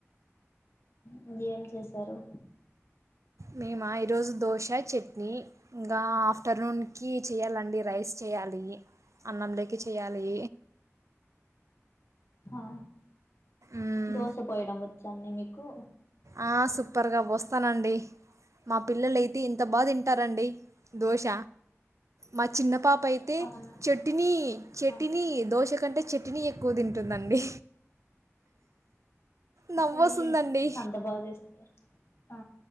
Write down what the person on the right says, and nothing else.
మేమా ఈరోజు దోశ చట్నీ ఇంకా ఆఫ్టర్నూన్ చేయ్యాలండి రైస్ చేయాలి అన్నంలేకీ చేయాలి
మ్మ్.
ఆ సూపర్గా పోస్తానండి మా పిల్లలు అయితే ఇంత బాగా తింటారండి దోశ మా చిన్న పాప్ అయితే
చెట్టిని చెట్టిని
దోష ఎందుకంటే చట్టునీ ఎక్కువ తింటుందండి నవ్వు
వస్తుందండి